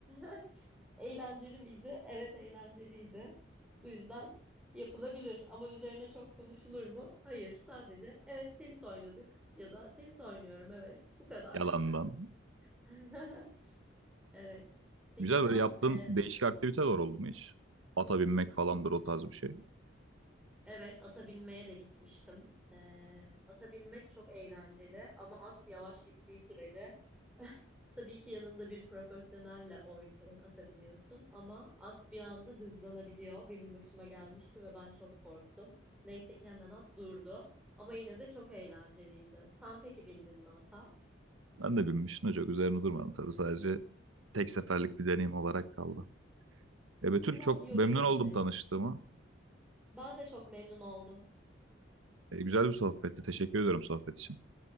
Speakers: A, in the centre; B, on the right.
A: <laughs> eğlenceli miydi? Evet eğlenceliydi. Bu yüzden yapılabilir ama üzerine çok konuşulur mu? Hayır sadece evet tenis oynadık ya da tenis oynuyorum evet bu kadar.
B: Yalandan.
A: <laughs> Evet. Peki
B: Güzel
A: sen
B: böyle yaptığın
A: e,
B: değişik aktiviteler oldu mu hiç? Ata binmek falandır o tarz bir şey.
A: evet ata binmeye de gitmiştim. E, ata binmek çok eğlenceli ama at yavaş gittiği sürece <laughs> tabii ki yanında bir profesyonelle oyn e, ata biniyorsun ama at bir anda hızlanabiliyor. Benim başıma gelmişti ve ben çok korktum. Neyse ki hemen at durdu ama yine de çok eğlenceliydi. Sen peki bindin mi ata?
B: Ben de binmiştim de çok üzerine durmadım tabii sadece tek seferlik bir deneyim olarak kaldı. E, Betül
A: Biraz
B: çok
A: yorucu
B: memnun oldum
A: bir şey.
B: tanıştığıma.
A: Ben de çok memnun oldum.
B: E, güzel bir sohbetti. Teşekkür ediyorum sohbet için.